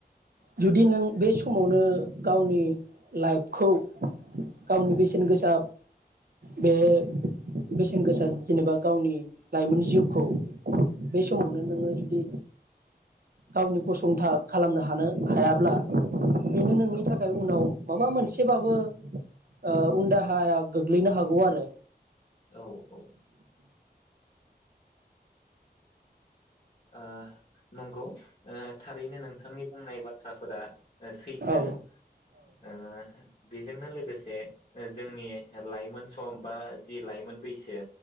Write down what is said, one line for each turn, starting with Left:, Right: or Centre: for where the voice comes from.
Right: जुदि नों बे समावनो गावनि लाइफखौ गावनि बेसेन गोसा बे बेसेन गोसा जेनेबा गावनि लाइमोन जिउखौ बे समावनो नोङो जुदि गावनि गसंथा खालामनो हानो हायाब्ला बेनो नोंनि
Left: औ
Right: थाखाय उनाव माबा मोनसेबाबो ओ उन दाहाया गोग्लैनो हागौ आरो
Left: औ अ ओ नंगौ ओ थारैनो नोंथांनि बुंनाय बाथ थाफोरा ओ सैथो
Right: औ
Left: ओ बेजोंनो लोगोसे ओ जोंनि लाइमोन सम बा जि लाइमोन बैसो